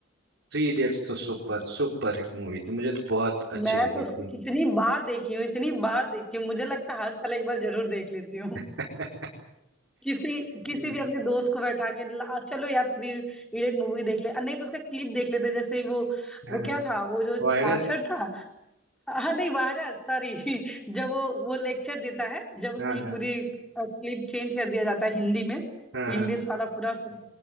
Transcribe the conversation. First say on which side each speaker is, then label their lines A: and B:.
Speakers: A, on the right (about 60°); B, in the centre.
A: थ्री इडियट्स तो सुपर सुपर हिट मूवी थी मुझे तो बहुत अच्छी
B: मैं
A: लगी
B: तो उसको
A: थी
B: इतनी बार देखी हूँ इतनी बार देखी हूँ मुझे लगता है हर साल एक बार जरूर देख लेती हूँ
A: <laughs>
B: किसी किसी
A: हम्म,
B: भी अपने दोस्त को बैठा के ला चलो यार थ्री इडियट मूवी देख ले नहीं तो उसका क्लिप देख लेते जैसे वो
A: हाँ
B: वो क्या था वो जो
A: वायरस
B: छाछड़ था हाँ नहीं बारह सॉरी <laughs> जब वो वो लेक्चर देता है जब उसकी
A: हाँ हाँ
B: पूरी क्लिप चेंज कर दिया जाता है हिंदी में
A: हाँ
B: इंग्लिश
A: हाँ
B: वाला पूरा सब